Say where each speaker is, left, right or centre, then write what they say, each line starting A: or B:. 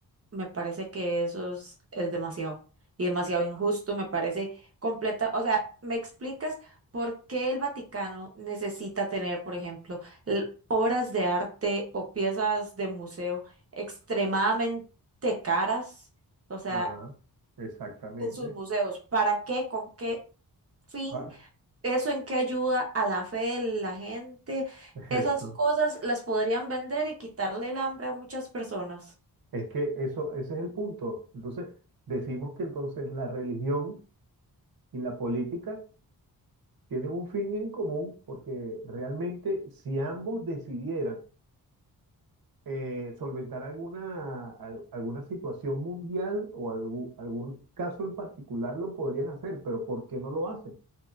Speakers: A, on the right; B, on the right.
A: Me parece que eso es, es demasiado y demasiado injusto, me parece completa, o sea, ¿me explicas por qué el Vaticano necesita tener, por ejemplo, l- obras de arte o piezas de museo extremadamente caras? O sea,
B: ajá, exactamente.
A: en sus museos, ¿para qué? ¿Con qué fin?
B: Ah,
A: ¿Eso en qué ayuda a la fe de la gente?
B: <laughs>
A: Esas
B: eso.
A: cosas las podrían vender y quitarle el hambre a muchas personas.
B: Es que eso, ese es el punto. Entonces, decimos que entonces la religión y la política tienen un fin en común porque realmente si ambos decidieran eh, solventar alguna, al- alguna situación mundial o algú- algún, caso en particular, lo podrían hacer, pero ¿por qué no lo hacen?